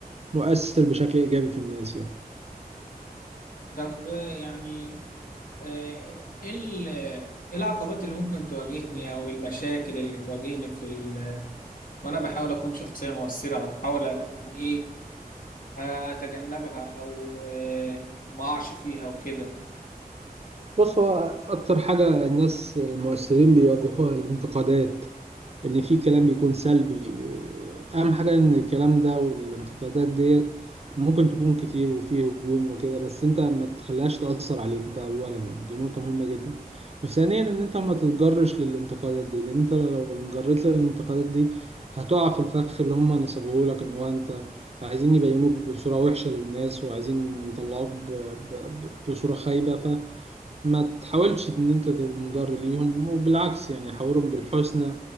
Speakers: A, on the right; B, on the left.
A: مؤثر بشكل إيجابي في الناس يعني.
B: طب آه، يعني آه، ايه ال- إيه العقبات اللي ممكن تواجهني او المشاكل اللي تواجهني في ال... وانا بحاول اكون شخصيه مؤثره او احاول يعني ايه هتجنبها او آه، ما اقعش فيها وكده
A: بص هو أكتر حاجة الناس المؤثرين بيواجهوها الانتقادات إن في كلام بيكون سلبي أهم حاجة إن الكلام ده والانتقادات ديت ممكن تكون كتير وفيه هجوم وكده بس أنت ما تخليهاش تأثر عليك ده أولا يعني دي نقطة مهمة جدا وثانيا إن أنت ما تتجرش للانتقادات دي لأن أنت لو انجريت للانتقادات دي هتقع في الفخ اللي هم نصبوهولك إن هو أنت عايزين يبينوك بصورة وحشة للناس وعايزين يطلعوك ب- ب- بصورة خايبة ف ما تحاولش ان انت تنجر ليهم وبالعكس يعني حاورهم بالحسنى